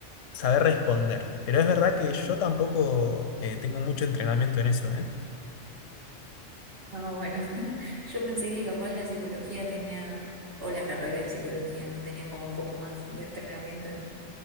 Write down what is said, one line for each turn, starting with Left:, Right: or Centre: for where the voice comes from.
Left: saber responder. Pero es verdad que yo tampoco eh, tengo mucho entrenamiento en eso, ¿eh?
Right: Ah, bueno, <laughs> yo pensé que capaz la psicología tenía, o la carrera de psicología, ¿no? Tenían como un poco más de entrenamiento en,